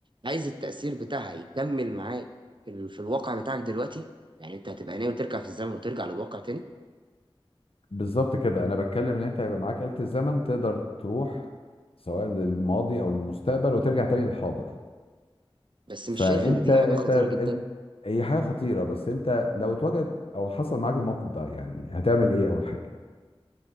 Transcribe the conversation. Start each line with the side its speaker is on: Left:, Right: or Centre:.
Right: عايز التأثير بتاعها يكمل معاك في ال- في الواقع بتاعك دلوقتي يعني أنت هتبقى ناوي ترجع في الزمن وترجع للواقع تاني
Left: بالظبط كده انا بتكلم ان انت هيبقى معاك آلة الزمن تقدر تروح سواء للماضي او للمستقبل وترجع تاني للحاضر
Right: بس
Left: فانت
Right: مش شايف إن دي
Left: انت
Right: حاجة خطيرة جدا
Left: انت هي حاجه خطيره بس انت لو اتوجد او حصل معاك الموقف ده يعني هتعمل ايه اول حاجه